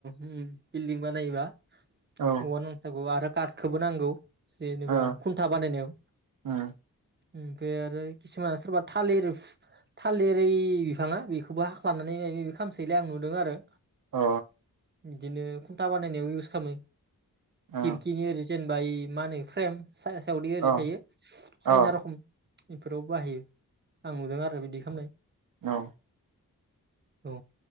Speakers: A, on the right (about 30°); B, on the right (about 65°).
A: उम बिल्डिं बानायोबा
B: औ
A: औवा नांथारगौ आरो कादखोबो नांगौ जेनेबा
B: ओ
A: खुन्था बानायनायाव
B: उम अ
A: ओमफाय आरो किसुमाना सोरबा थालिर थालिरै बिफाङा बेखौबो हाख्लानानै माय मायबि खामसोयोलै आं नु दों आरो
B: अ
A: बिदिनो खुन्था बानायनायाव इउस खामो
B: अ
A: खिरखिनि ओरै जेन बाय मा होनो फ्रेम सायासायावदि
B: अ
A: ओरै थायो
B: औ
A: साइना रखम इफोरावबो बाहायो आं नुदों आरो बिदि खामनाय
B: औ
A: औ